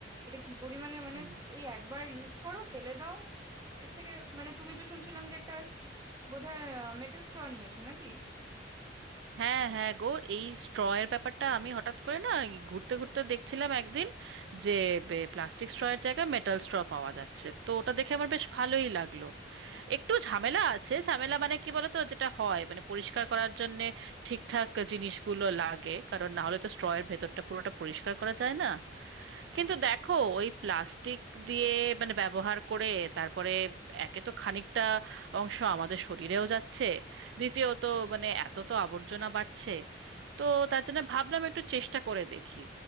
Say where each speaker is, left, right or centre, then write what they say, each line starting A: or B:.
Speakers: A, on the right (about 20°); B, on the right (about 70°).
A: এটা কি পরিমাণে মানে
B: হুম।
A: ওই একবার ইউজ করো ফেলে দাও এর থেকে মানে তুমি তো শুনছিলাম যে একটা বোধহয় মেটাল স্ট্র নিয়েছো নাকি
B: হ্যাঁ হ্যাঁ গো এই স্ট্র এর ব্যাপারটা আমি হঠাৎ করে না এই ঘুরতে ঘুরতে দেখছিলাম একদিন যে প্লাস্টিক স্ট্র এর জায়গায় মেটাল স্ট্র পাওয়া যাচ্ছে তো ওটা দেখে আমার বেশ ভালোই লাগলো একটু ঝামেলা আছে ঝামেলা মানে কি বলতো যেটা হয় মানে পরিষ্কার করার জন্য ঠিকঠাক জিনিসগুলো লাগে কারণ না হলে তো স্ট্র এর ভেতরটা পুরোটা পরিষ্কার করা যায় না কিন্তু দেখো ওই প্লাস্টিক দিয়ে মানে ব্যবহার করে তারপরে একে তো খানিকটা অংশ আমাদের শরীরেও যাচ্ছে দ্বিতীয়ত মানে এত তো আবর্জনা বাড়ছে তো তার জন্য ভাবলাম একটু চেষ্টা করে দেখি